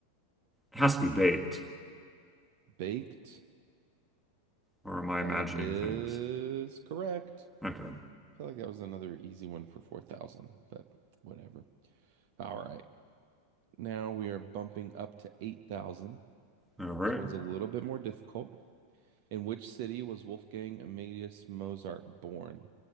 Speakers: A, in the centre; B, on the right.
A: it has to be baked,
B: Baked.
A: or am I imagining
B: That is
A: things?
B: correct.
A: Okay.
B: I feel like that was another easy one for 4,000, but whatever. All right. Now we are bumping up to 8,000.
A: All right.
B: This one's a little bit more difficult. In which city was Wolfgang Amadeus Mozart born?